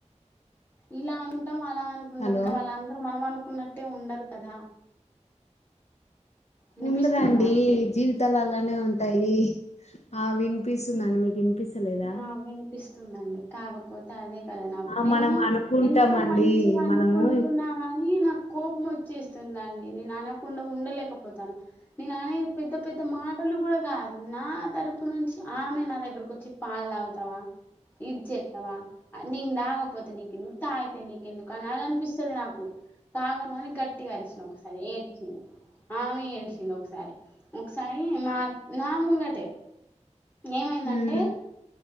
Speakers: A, on the left; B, on the left.
A: ఇలా అనుకుంటాం అలా అనుకుంటాంకా
B: హలో
A: వాళ్ళందరుూ మనం అనుకు కున్నట్టే ఉండరు కదా వినిపిస్తుందా
B: ఉందరాండి జీవిత ద్దలు అలానే ఉంటాయి ఆ వినిపిస్తుందండి మీకు వినిపిస్తలేదా
A: నా వినిపిస్తుందండి కాకపోతే అదే కద నా
B: ఆ
A: నేను
B: మనం అనుకుంటామండి
A: ఇంత మంచిగా అనుకుంటున్నా
B: మనము
A: గాని నాకు కోపం వచ్చి చేస్తుందండి నేను అనకుండా ఉండలేకపోతాను నేను అన్నే పెద్ద పెద్ద మాటలు కూడా కాదు నా తరపు నుంచి ఆమె నా దగ్గరకు వచ్చి పాలు తాగుతావా ఇది చేస్తావా నీను తాకపోతే నీకెందుకు తాగితే నీకెందుకు అని అలా అనిపిస్తుంది నాకు తాగను అని గట్టిగా అరిచిన ఒకసారి ఏడ్చింది ఆమె తెలిసింది ఒకసారి ఒకసారి మా నా ముంగటే ఏమైందంటే
B: హ్మ్.